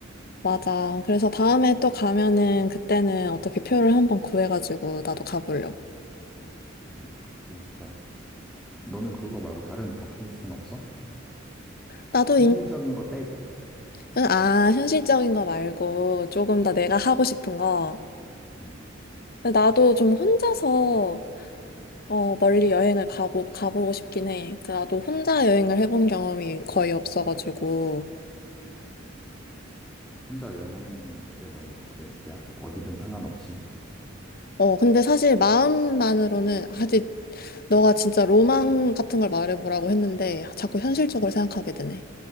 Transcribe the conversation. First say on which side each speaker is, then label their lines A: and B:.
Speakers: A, on the left; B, in the centre.
A: 맞아. 그래서 다음에 또 가면은, 그때는 어떻게 표를 한번 구해가지고, 나도 가보려고.
B: 음, 그러니까. 그게 진짜, 너는 그거 말고 다른 버킷리스트는 없어?
A: 나도,
B: 현실적인
A: 인...
B: 걸 빼고,
A: 아, 현실적인 거 말고, 조금 더 내가 하고 싶은 거.
B: 음,
A: 근데 나도 좀 혼자서 어, 멀리 여행을 가고, 가보고 싶긴 해. 그 나도 혼자 여행을 해본 경험이 거의 없어가지고.
B: 음. 혼자 여행하는 게 너는 버킷리스트야? 어디든 상관없이?
A: 어, 근데 사실 마음만으로는 아직 너가 진짜 로망 같은 걸 말해보라고 했는데 자꾸 현실적으로 생각하게 되네.